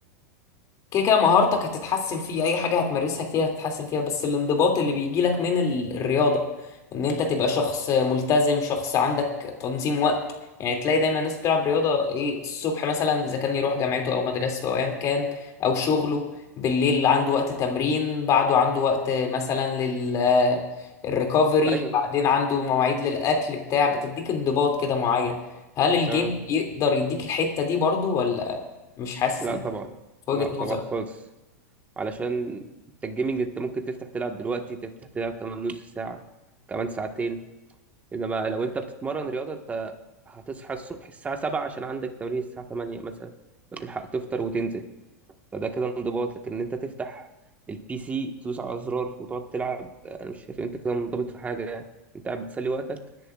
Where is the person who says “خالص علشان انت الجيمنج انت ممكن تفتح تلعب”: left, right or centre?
Right